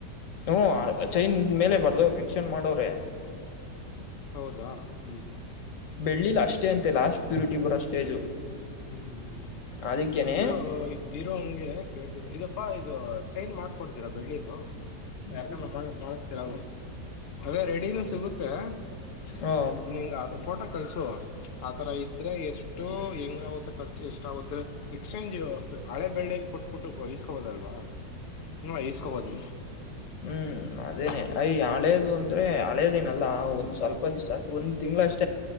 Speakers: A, on the left; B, on the left.
A: ಹ ಚೈನ್ ಮೇಲೆ ಬರ್ದವ್ರ ಮೆನ್ಷನ್ ಮಾಡವ್ರೆ
B: ಹೌದಾ ಹ್ಮ್
A: ಬೆಳ್ಳಿಲ್ ಅಷ್ಟೇ ಅಂತೆ ಲಾಸ್ಟ್ ಪ್ಯೂರಿಟಿ ಬರೋ ಸ್ಟೇಜು
B: <unintelligible> ಹ್ಮ್
A: ಅದಕ್ಕೇನೆ
B: ಇದು ಇರೋ ಹಂಗೆ ಕೇಳ್ತಿದೆ ಇದು ಪ್ಪಾ ಇದು ಚೈನ್ ಮಾಡ್ಕೊಡ್ತೀರಾ ಬೆಳ್ಳಿದು ಯಾರ್ ಮಾಡತರ ಅ ರೆಡಿನೂ ಸಿಗುತ್ತೆ <unintelligible>
A: ಹ್ಮ
B: ನೀ ಫೋಟೋ ಕಲ್ಸು ಆತರ ಇದ್ರೆ ಎಷ್ಟು ಹೆಂಗ ಖರ್ಚು ಎಷ್ಟಾಗುತ್ತೆ ಎಕ್ಸ್ಚೇಂಜ್ ಹಳೆ ಬೆಳ್ಳಿ ಕೊಟ್ಬಿಟ್ಟು ಇಸ್ಕೋಬೋದಲ್ವಾ ಹ್ಮ ಇಸ್ಕೋಬೋದು
A: ಹ್ಮ್ ಅದೇನೆ ಹೈ ಹಳೇದು ಅಂದ್ರೆ ಹಳೇದೇನಲ್ಲ ಒಂದ್ ಸ್ವಲ್ಪ ದಿವಸ ಒಂದ್ ತಿಂಗ್ಗಳಷ್ಟು